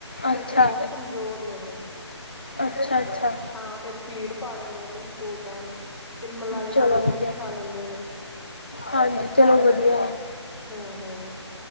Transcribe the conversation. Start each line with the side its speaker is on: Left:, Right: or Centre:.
Centre: ਕਿਉਂਕਿ
Left: ਅੱਛਾ
Centre: ਬਹੁਤ ਕਮਜ਼ੋਰ ਨੇ ਇਹ
Left: ਅੱਛਾ ਅੱਛਾ
Centre: ਹਾਂ, ਫੇਿਰ ਫੀਡ ਪਾ ਦਿੰਦੇ ਉਹਨਾਂ ਨੂੰ ਦੋ ਟਾਈਮ, ਫਿਰ ਮਲਾਈ ਨਾਲ
Left: ਚਲੋ
Centre: ਰੋਟੀ
Left: ਵਧੀਆ
Centre: ਵੀ ਖਾ ਲੈਂਦੇ ਨੇ।
Left: ਹਾਂਜੀ, ਚਲੋ ਵਧੀਆ ਹੈ।
Centre: ਹੂੰ ਹੂੰ।